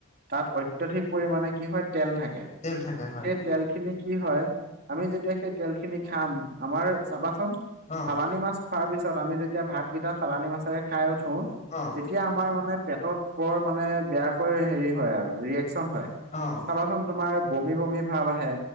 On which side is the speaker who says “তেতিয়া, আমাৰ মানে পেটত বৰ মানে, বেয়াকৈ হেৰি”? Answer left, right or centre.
Right